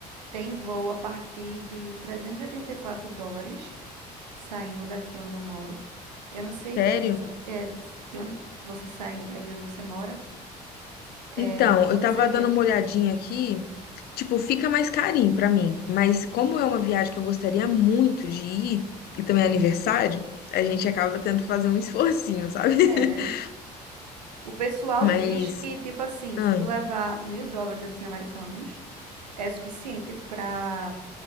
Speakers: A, on the right; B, on the left.
A: tem voo a partir de 384 dólares, saindo daqui onde eu moro. Eu não sei
B: Sério?
A: disso, é, de, de onde você saindo daí, de onde você mora, é,
B: Então,
A: quanto
B: eu tava
A: seria?
B: dando uma olhadinha aqui, tipo, fica mais carinho pra mim, mas como é uma viagem que eu gostaria muito de ir, e também é aniversário, a gente acaba tendo que fazer um esforcinho, sabe? <laughs>
A: É, né? O pessoal
B: Mas,
A: diz que, tipo assim,
B: ah,
A: se tu levar mil dólares, assim, americanos, é suficiente pra